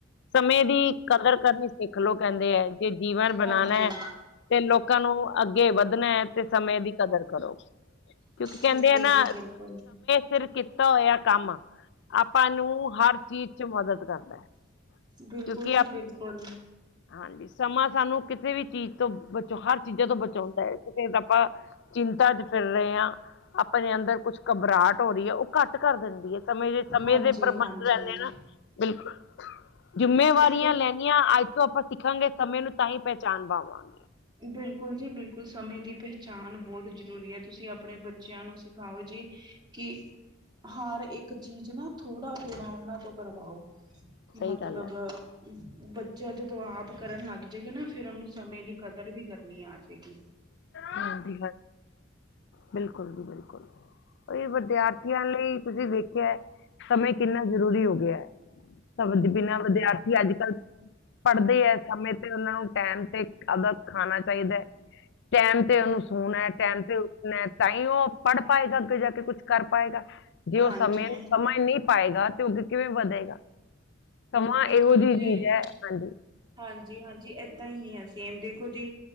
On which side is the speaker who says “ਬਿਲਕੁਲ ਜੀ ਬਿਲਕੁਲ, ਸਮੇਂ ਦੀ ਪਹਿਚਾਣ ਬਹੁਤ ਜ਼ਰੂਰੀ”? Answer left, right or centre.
Right